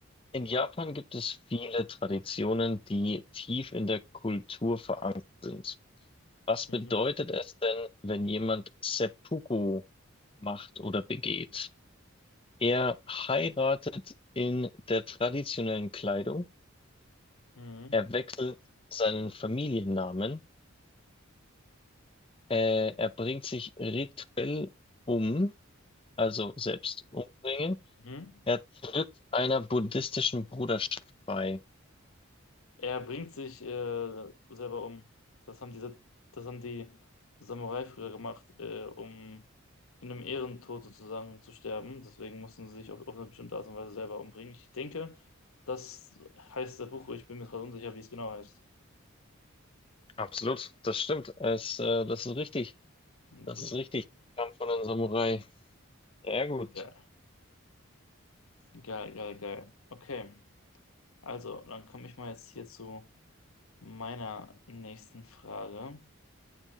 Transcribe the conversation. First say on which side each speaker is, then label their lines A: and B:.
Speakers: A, on the left (about 25°); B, on the left (about 75°).
A: in Japan gibt es viele Traditionen, die tief in der Kultur verankert sind. Was
B: Mhm.
A: bedeutet es denn, wenn jemand Seppuku macht oder begeht? Er heiratet in der traditionellen Kleidung,
B: Mhm.
A: er wechselt seinen Familiennamen, äh, er bringt sich rituell um also selbst umbringen.
B: Mhm.
A: Er tritt einer buddhistischen Bruderschaft bei.
B: Er bringt sich äh, selber um. Das haben diese, das haben die Samurai früher gemacht, äh, um in einem Ehrentod sozusagen zu sterben. Deswegen mussten sie sich auf, auf eine bestimmte Art und Weise selber umbringen. Ich denke, das heißt der Buch. Ich bin mir gerade unsicher, wie es genau heißt.
A: Absolut, das stimmt. Es, äh, das ist richtig.
B: Super.
A: Das ist richtig. Kam von einem Samurai. Sehr gut.
B: Geil, geil, geil, geil. Okay, also dann komme ich mal jetzt hier zu meiner nächsten Frage.